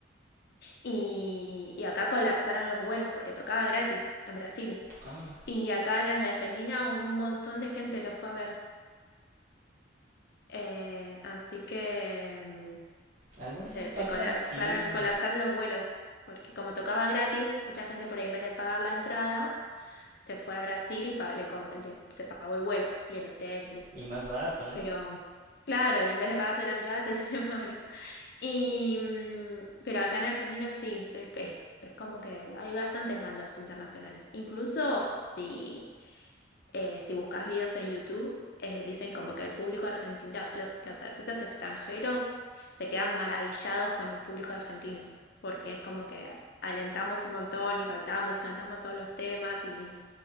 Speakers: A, on the left; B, on the right.
A: y, y acá colapsaron los vuelos porque tocaba gratis en Brasil.
B: Ah,
A: Y acá desde Argentina un montón de gente lo fue a ver. Eh, así que... mm,
B: algo así
A: se,
B: pasa
A: se colapsaron,
B: aquí
A: colapsaron los vuelos, porque como tocaba gratis, mucha gente por ahí en vez de pagar la entrada, se fue a Brasil y pa- le co- le- se pagó el vuelo y el hotel y eso.
B: y más barato, ¿no?
A: Pero claro, en vez de pagarte la entrada, te <laughs> sale más barato y, mm, pero acá en Argentina sí, es, es- es como que hay bastantes bandas internacionales. Incluso si, eh, si buscas videos en YouTube, eh, dicen como que el público argentino, los, los artistas extranjeros se quedan maravillados con el público argentino, porque es como que alentamos un montón y saltamos y cantamos todos los temas y,